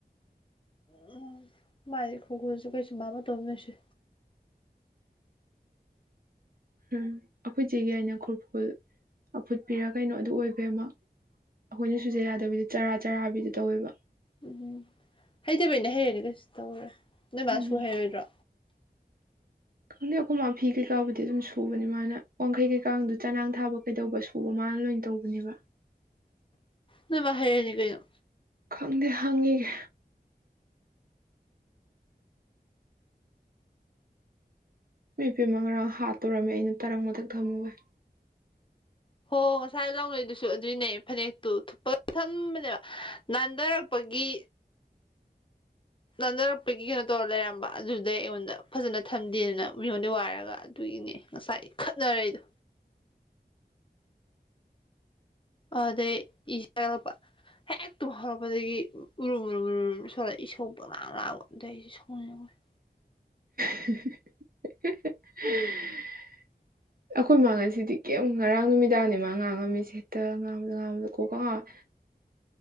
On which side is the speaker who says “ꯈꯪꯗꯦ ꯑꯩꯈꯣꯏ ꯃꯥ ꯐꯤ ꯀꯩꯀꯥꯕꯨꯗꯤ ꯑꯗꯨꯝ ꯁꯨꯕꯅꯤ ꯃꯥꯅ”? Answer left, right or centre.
Right